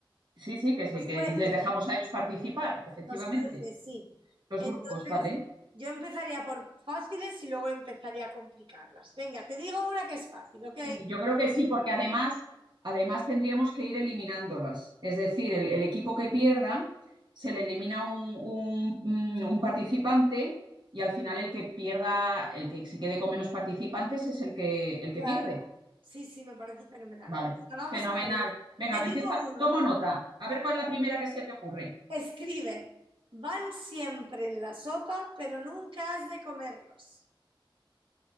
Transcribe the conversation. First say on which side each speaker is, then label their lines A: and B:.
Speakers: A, on the right; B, on the right.
A: sí, sí, que sí,
B: los
A: que
B: jueces.
A: y les dejamos a ellos participar, efectivamente.
B: Los jueces, sí.
A: Los
B: Entonces,
A: grupos, ¿vale?
B: yo empezaría por fáciles y luego empezaría a complicarlas. Venga, te digo una que es fácil, ¿ok?
A: Sí, yo creo que sí, porque además, además tendríamos que ir eliminándolas. Es decir, el, el equipo que pierda se le elimina un, un- mm, un participante y al final el que pierda, el que se quede con menos participantes es el que, el
B: Claro.
A: que pierde.
B: Sí, sí, me parece fenomenal.
A: Vale,
B: Venga, vamos
A: fenomenal.
B: a por ello.
A: Venga,
B: Te
A: que
B: digo
A: empieza.
B: uno.
A: Tomo nota. A ver cuál es la primera que se te ocurre.
B: Escribe. Van siempre en la sopa, pero nunca has de comerlos.